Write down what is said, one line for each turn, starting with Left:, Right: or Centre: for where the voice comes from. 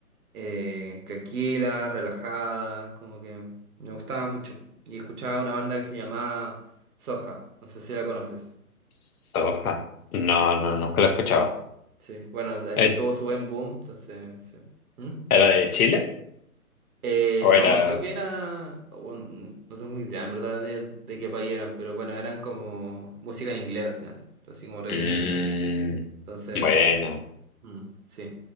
Right: eh, tranquila, relajada, como que me gustaba mucho. Y escuchaba una banda que se llamaba Soja, no sé si la conoces.
Left: Soja. No,
Right: Sí,
Left: no, nunca la he escuchado.
Right: no, sí, bueno, de ahí
Left: Eh,
Right: tuvo su buen boom, entonces, sí. ¿Mm?
Left: ¿Era de Chile?
Right: Eh,
Left: ¿O
Right: no,
Left: era...?
Right: creo que era, un- no tengo ni idea en verdad de, de qué país eran, pero bueno, eran como música en inglés al final, así como reggae
Left: Mm,
Right: en inglés. Entonces,
Left: bueno,
Right: Mm, sí,